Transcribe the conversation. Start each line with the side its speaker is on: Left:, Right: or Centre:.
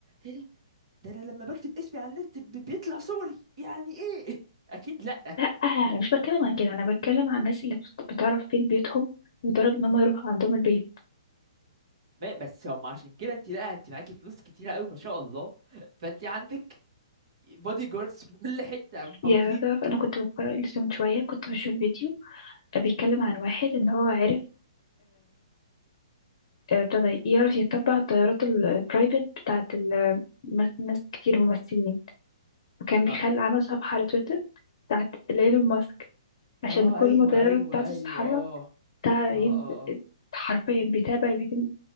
Right: ايه ده ده انا لما بكتب اسمي على النت ب- بيطلع صوري يعني ايه <laughs> اكيد لا
Left: لا انا مش بتكلم عن كده انا بتكلم عن الناس اللي بت- بتعرف فين بيتهم لدرجة ان هم يروحوا عندهم البيت
Right: ما- بس هم عشان كده انت لا انت معاكي فلوس كتيرة قوي ما شاء الله فانت عندك بودي جاردز في كل حتة محوطينك
Left: يعني تعرف انا كنت بتفرج لسه من شوية كنت بشوف فيديو بيتكلم عن واحد ان هو عرف ابتدى يعرف يتبع الطيارات ال- البرايفت بتاعت ال- مس- ناس كتير ممثلين وكان بيخلي
Right: اه
Left: عمل صفحة على تويتر بتاعت ايلون ماسك عشان
Right: اه
Left: كل
Right: ايوه
Left: ما الطيارة
Right: ايوه
Left: بتاعته
Right: ايوه
Left: تتحرك
Right: اه
Left: بتاع
Right: اه
Left: ين-
Right: اه
Left: حرفيا بيتابع بيتم